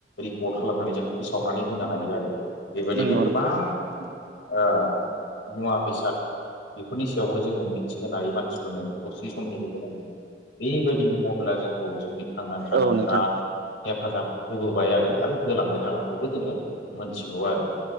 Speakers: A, on the left; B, on the right.
A: रेकर्ड खालामनानै जों फोसावनानै होनो हायो आरो। बेबायदिनो
B: नंगौ
A: गोबां
B: नोंथां
A: आ मुवा बेसाद बेफोरनि सायावबो जोङो मिथिहोनो हायो मानसिफोरनो दसे समनि गेजेरावनो बेबायदिनो मबाइला जोंखौ जोंनि थांनानै थानायाव
B: औ नोंथां
A: बिराद हेफाजाब होबोबाय आरो। आरो होलांबाय थागोनखौबो जोङो मोनथिबौ आरो।